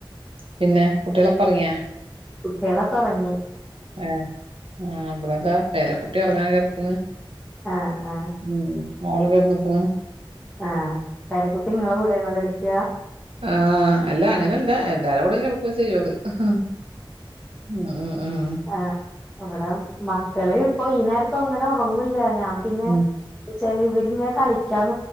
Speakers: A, on the right; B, in the centre.
A: പിന്നെ കുട്ടികളെക്കെ ഉറങ്ങിയാ
B: കുട്ടികളൊക്കെ ഉറങ്ങി
A: അ ആ ഇവിടെതാ പേരെക്കുട്ടി ഒറങ്ങാന് കെടക്ക്ന്ന്
B: ആഹ് ആഹ്
A: ഉം മോള് കെടന്ന്ക്ക്ണ്
B: ആ പേരക്കുട്ടി നിങ്ങളെ കൂടെണോ കിടക്ക
A: ആ അല്ല അങ്ങനെല്ല എല്ലാരെ കൂടയെയും കിടക്കുകയും ചെയ്യും ഓള് അ ഉ ഉ
B: ആ ഇവിടെ മക്കള് ഇപ്പൊ ഈ നേരത്ത അങ്ങനെ ഉറങ്ങൂല്ല ഞാൻ പിന്നെ
A: ഉം
B: വെച്ചാല് ഇവിടെങ്ങനെ കളിക്കാൻ